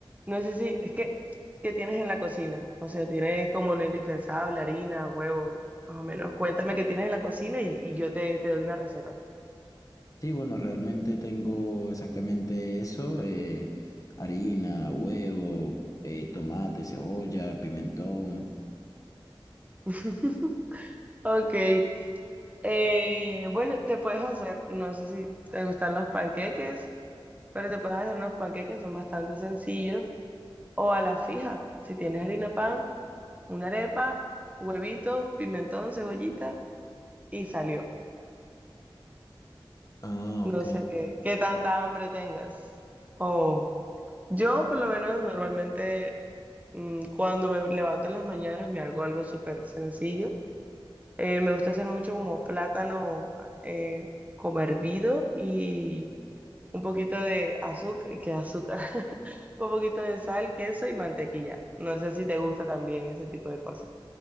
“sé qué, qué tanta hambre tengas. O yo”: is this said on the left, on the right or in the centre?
Right